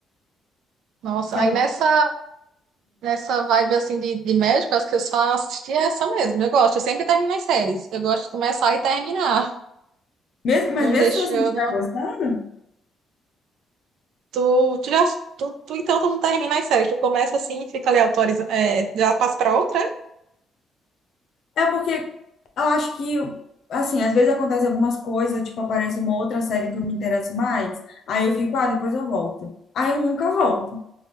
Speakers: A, on the right; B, on the left.
A: nossa.
B: Que
A: Aí
B: a-
A: nessa, nessa vibe assim de, de médico, acho que eu só assisti essa mesmo. Eu gosto, eu sempre termino as séries. Eu gosto de começar e terminar.
B: mesmo, mas
A: Não
B: mesmo
A: deixo
B: se você
A: eu
B: não estiver
A: não.
B: gostando,
A: Tu, tu já. Tu, tu então tu não termina as séries. Tu começa assim e fica ali autorizando. É, já passa pra outra, é?
B: é porque eu acho que, assim, às vezes acontece algumas coisas, tipo, aparece uma outra série que eu me interesso mais, aí eu fico, ah, depois eu volto. Aí eu nunca volto.